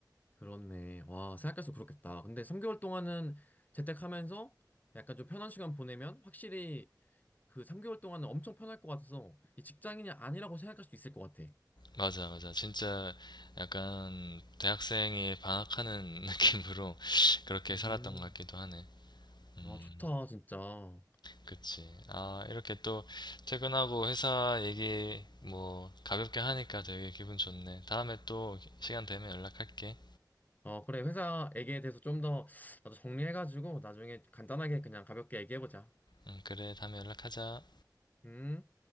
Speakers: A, on the left; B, on the left.
A: 그렇네. 와, 생각할수록 그렇겠다. 근데 3개월 동안은 재택하면서 약간 좀 편한 시간 보내면 확실히 그 3개월 동안은 엄청 편할 것 같아서 이 직장인이 아니라고 생각할 수 있을 것 같아.
B: 맞아, 맞아. 진짜 약간 대학생이 방학하는 <laughs> 느낌으로 그렇게
A: 음.
B: 살았던 것 같기도 하네. 음.
A: 아, 좋다, 진짜.
B: 그치. 아, 이렇게 또 퇴근하고 회사 얘기 뭐 가볍게 하니까 되게 기분 좋네. 다음에 또 시간 되면 연락할게.
A: 어, 그래. 회사 얘기에 대해서 좀 더 나도 정리해가지고 나중에 간단하게 그냥 가볍게 얘기해보자.
B: 응, 그래. 다음에 연락하자.
A: 음.